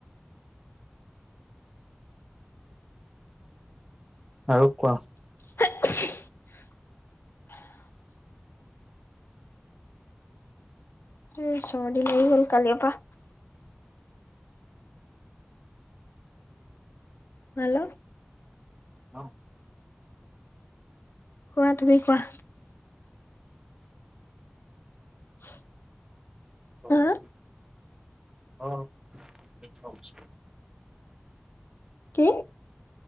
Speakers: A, on the right (about 15°); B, on the left (about 70°).
A: আৰু কোৱা?
B: <unintelligible> এ ছৰ্দি লাগি গল কলীয়াপা। হেল্ল'
A: অহ
B: কোৱা তুমি কোৱা? <unintelligible>
A: হয়
B: হা
A: দেই। অহ, কি কমছ
B: কি?